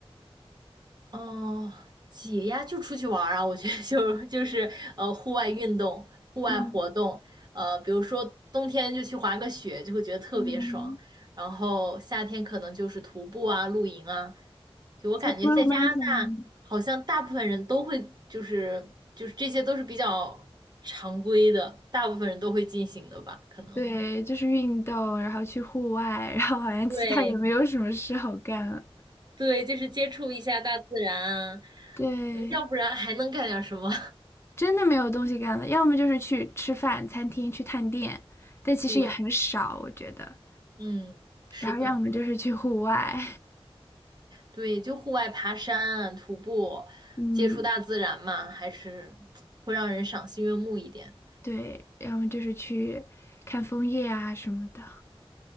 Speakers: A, on the right; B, on the left.
A: 哦，解压就出去玩儿啊，我觉得就就是呃户外运动、户外活动，
B: 嗯
A: 呃，比如说冬天就去滑个雪，就会觉得特别爽。
B: 嗯，
A: 然后夏天可能就是徒步啊、露营啊。就我感觉在加拿大，
B: 在 Blue Mountain。
A: 好像大部分人都会就是就是这些都是比较常规的，大部分人都会进行的吧，可能。
B: 对，就是运动，然后去户外，然后好像其他也没有什么事好干了。
A: 对对，就是接触一下大自然啊，
B: 对，
A: 嗯要不然还能干点什么？
B: 真的没有东西干了，要么就是去吃饭，餐厅去探店，
A: <laughs>
B: 但其实也很少，
A: 对。
B: 我觉得。
A: 嗯，是的，
B: 然后要么就是去户外，
A: 对，就户外爬山、徒步，
B: <laughs> 嗯，
A: 接触大自然嘛，还是会让人赏心悦目一点。
B: 对，要么就是去看枫叶啊什么的。